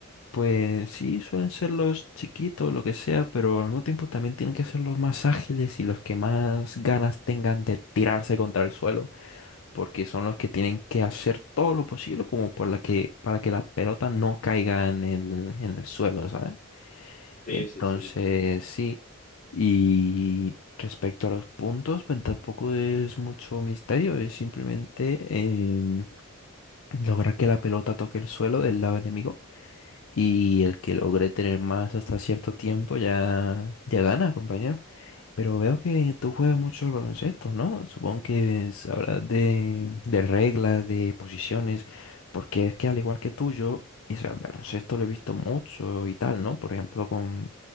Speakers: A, on the left; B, on the left.
A: pues sí, suelen ser los chiquitos, lo que sea, pero al mismo tiempo también tienen que ser los más ágiles y los que más ganas tengan de tirarse contra el suelo, porque son los que tienen que hacer todo lo posible como por la que, para que la pelota no caiga en el, en el suelo, ¿sabes?
B: sí,
A: Entonces,
B: sí, sí,
A: sí. Y respecto a los puntos, pues tampoco es mucho misterio, es simplemente em, lograr que la pelota toque el suelo del lado enemigo y el que logre tener más hasta cierto tiempo ya, ya gana, compañero. Pero veo que tú juegas mucho al baloncesto, ¿no? Supongo que sabrás de, de reglas, de posiciones, porque es que al igual que tú, yo, y sea, el baloncesto lo he visto mucho y tal, ¿no? Por ejemplo, con